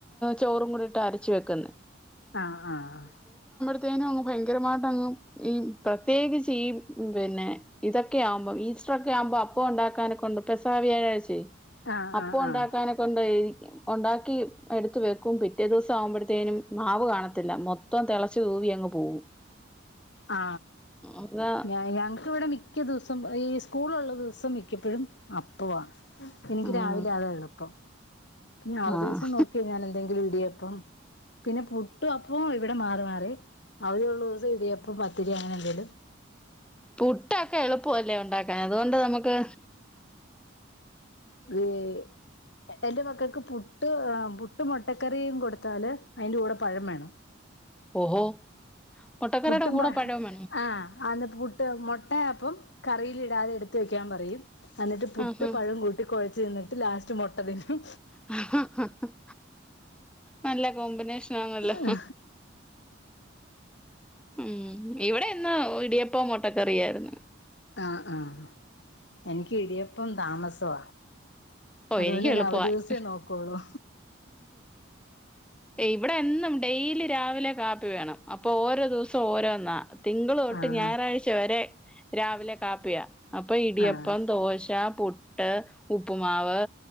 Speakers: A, in the centre; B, on the left.
A: ചോറും കൂടി ഇട്ട് അരച്ച് വെക്കുന്നെ.
B: ആഹ് ആഹ്
A: ത്തേനും അങ്ങ് ഭയങ്കരമായിട്ടങ്ങ് ഈ പ്രത്യേകിച്ച് ഈ പിന്നെ ഇതൊക്കെ ആകുമ്പം ഈസ്റ്ററൊക്കെ ആവുമ്പം അപ്പം ഉണ്ടാക്കാനെ കൊണ്ടും പെസാ വ്യാഴാഴ്ച്ചേ
B: ആഹ്
A: അപ്പൊ
B: ആഹ്
A: ഉണ്ടാക്കാനൊക്കൊണ്ടേ
B: ആഹ്
A: ഉണ്ടാക്കി എടുത്ത് വെക്കും. പിറ്റേ ദിവസം ആവുമ്പഴ്ത്തേനും മാവ് കാണത്തില്ല. മൊത്തം തിളച്ചു തൂവി അങ്ങ് പോവും.
B: ആ
A: അതാ
B: ഞ ഞങ്ങക്കിവിടെ മിക്ക ദിവ സും ഈ സ്കൂളുള്ള ദിവസം മിക്കപ്പഴും അപ്പവാണ്. എനിക്ക്
A: ആഹ്
B: രാവിലെ അതാ എളുപ്പം. പിന്നെ അവധി
A: ആഹ്
B: ദിവസം നോക്കിയാ ഞാനെന്തെങ്കിലും ഇടിയ പ്പം പിന്നെ പുട്ടും അപ്പവും ഇവിടെ മാറി മാറി അവധിയുള്ള ദിവസം ഇടിയപ് പ്പ പത്തിരി അങ്ങനെ എന്തെലും
A: പുട്ടൊക്കെ എളുപ്പവല്ലേ ഒണ്ടാക്കാൻ അതുകൊണ്ട് നമ്മക്ക്
B: ഏഹ് എന്റെ മ ക്കക്ക് പുട്ട് ആഹ് പുട്ടും മൊട്ടക്കറിയും കൊടുത്താല് അയിന്റെ കൂടെ പഴം വേണം
A: ഓഹോ മുട്ടക്കറിയുടെ
B: പുട്ടും
A: കൂടെ
B: പ
A: പഴവും വേണോ
B: ആഹ് ആന്ന് പുട്ട് മൊട്ടയെ അപ്പം കറിയില് ഇടാതെ എട്ത്ത് വെയ്ക്കാൻ പറയും എന്ന്ട്ട് പുട്ടും
A: ആഹാ
B: പഴവും കൂട്ടി കൊഴച്ച് തിന്ന്ട്ട് ലാസ് റ്റ് മൊട്ടതിന്നും
A: <unintelligible> നല്ല കോമ്പിനേഷൻ ആണല്ലോ
B: ആ
A: ഉം ഇവിടെ ഇന്ന് ഇടിയപ്പ മുോട്ടക്കറിയായിരുന്നു
B: ആ ആഹ എനിക്ക് ഇടിയപ്പം താമസം സോ
A: ഓ
B: അതുകൊണ്ട്ന്നെ
A: എനിക്ക് എളുപ്പമായി
B: അവ ദിവസമേ നോക്കോളൂ
A: ഇവിടെ എന്നും ഡെയിലി രാവിലെ കാപ്പി വേണം അപ്പൊ ഓരോ ദിവസം ഓരോന്നാ തിങ്കള തൊട്ട്
B: ആഹ്
A: ഞായറാഴ്ച വരെ രാവിലെ കാപ്പിയ അപ്പൊ ഇടിയപ്പം
B: ആഹ്
A: ദോശ പുട്ട് ഉപ്പുമാവ്